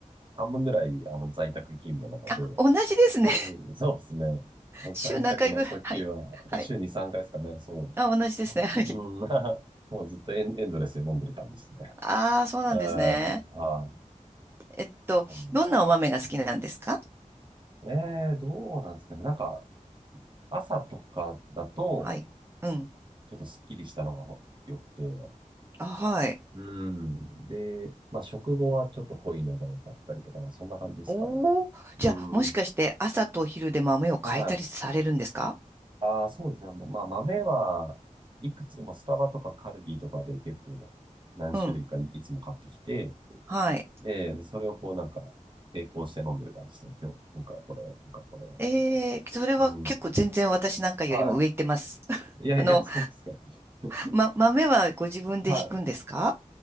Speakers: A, on the right (about 35°); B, on the right (about 20°).
A: 半分ぐらい、あの、在宅勤務なので、
B: あ、同じですね。
A: うん、そうですね。
B: <laughs>
A: もう在宅の時は、
B: 週何回ぐらい。はい。はい。
A: もう週に3回ですかね、そう。
B: あ、同じですね。
A: まあうん、
B: はい。
A: <laughs> もうずっとエン、エンドレスで飲んでる感じですね。
B: ああ、そうなんですね。
A: うん、はい。
B: えっと、
A: そうなんで
B: どんなお豆が好きなんですか
A: すね。ええどうなんですかね。なんか、朝とかだと、
B: はい。うん。
A: ちょっとスッキリしたのがほ良くて、
B: あ、はい。
A: うん。で、まあ、食後はちょっと濃いのが多かったりとかな、そんな感じですかね。
B: おー。じゃあ、
A: うん。
B: もしかして朝と昼で豆を変えたりされるんですか
A: はい。ああ、そうですね。まあ、豆はいくつもスタバとかカルビーとかで結構何種類かい、
B: うん。
A: いつも買ってきて、
B: はい。
A: で、でそれをこうなんか並行して飲んでる感じですね。今日、今回はこれ、今回はこれ、みたいな感じで。
B: ええそれは結構全然私なんかよりも上行ってます。
A: うん。は
B: <laughs>
A: い。いやいや、
B: あの、
A: そうですか。<laughs>
B: ま、豆はご自分で引くんですか
A: はい。